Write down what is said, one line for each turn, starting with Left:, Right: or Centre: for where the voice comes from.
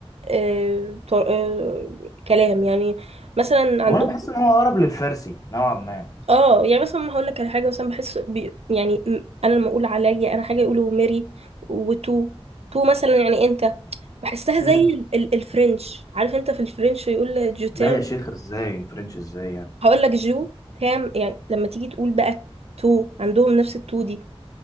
Right: آه طر... آه كلام يعني مثلا عندهم
Left: هو انا بحس ان هو اقرب للفارسي نوعا ما
Right: اه يعني مثلا هقول لك على حاجه مثلا بحس بي يعني م- انا لما اقول عليا انا حاجه يقولوا ميري وتو تو مثلا يعني انت بحسها زي
Left: امم
Right: ال ال الفرنش عارف انت في الفرنش يقول جو تام
Left: لا يا شيخ ازاي فرنش ازاي يعني
Right: هقول لك جو تام يعني لما تيجي تقول بقى تو عندهم نفس التو دي